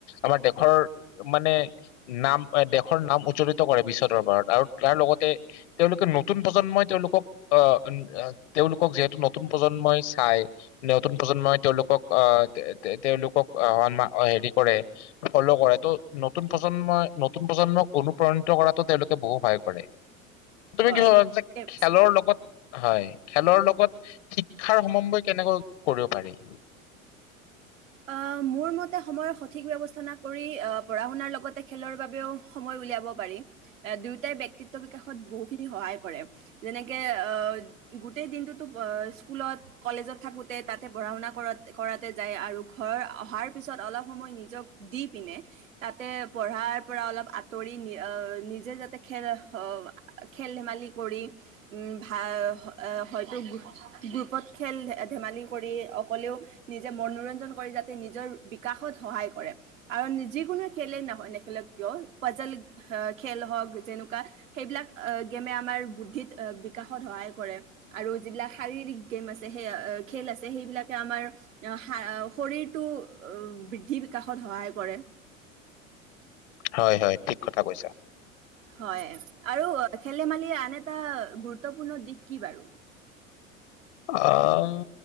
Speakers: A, on the left (about 55°); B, on the right (about 70°).
A: আমাৰ দেশৰ মানে নাম, দেশৰ নাম উজ্বলিত কৰে বিশ্ব দৰবাৰত আৰু তাৰ লগতে তেওঁলোকে নতুন প্ৰজন্মই তেওঁলোকক অ! তেওঁলোকক যিহেতু নতুন প্ৰজন্মই চাই। নতুন প্ৰজন্মই তেওঁলোকক অ! তেওঁলোকক সন্মা অ হেৰি কৰে। ফল' কৰে। ত' নতুন প্ৰজন্মই নতুন প্ৰজন্মক অনুপ্ৰাণিত কৰাতো তেওঁলোকে বহুত সহায় কৰে। তুমি
B: হয়
A: কিহৰ লগত যে
B: ঠিকে কৈছে
A: খেলৰ লগত হয়। খেলৰ লগত শিক্ষাৰ সমন্বয় কেনেকৈ কৰিব পাৰি?
B: অ! মোৰ মতে সময়ৰ সঠিক ব্যৱস্থা না কৰি আহ পঢ়া-শুনাৰ লগতে খেলৰ বাবেও সময় উলিয়াব পাৰি। এ দুয়োটাই ব্যক্তিত্ব বিকাশত বহুখিনি সহায় কৰে। যেনেকে আহ গোটেই দিনটোতো স্কুলত কলেজত থাকোঁতে তাতে পঢ়া-শুনা কৰাত কৰাতে যায় আৰু ঘৰৰ অহাৰ পিছত অলপ সময় নিজক দি পিনে তাতে পঢ়াৰ পৰা অলপ আঁতৰি অ নিজে যাতে খেল অ খেল-ধেমালি কৰি উম! ভা <unintelligible> হয়তো গ্ৰুপত খেল-ধেমালি কৰি অকলেও নিজে মনোৰঞ্জন কৰি যাতে নিজৰ বিকাশত সহায় কৰে। আৰু যিকোনো খেলেই নহয় নেখেলক কিয় পাজল আহ খেল হওক যেনেকুৱা। সেইবিলাক আহ গেমে আমাৰ বুদ্ধিত, বিকাশত সহায় কৰে। আৰু যিবিলাক শাৰীৰিক গেম আছে সেই খেল আছে সেইবিলাকে আমাৰ <unintelligible> সা শৰীৰটো বৃদ্ধি, বিকাশত সহায় কৰে।
A: হয়-হয়, ঠিক কথা কৈছা।
B: হয়। আৰু খেলি-ধেমালিৰ আন এটা গুৰুত্বপূৰ্ণ দিশ কি বাৰু?
A: আহ!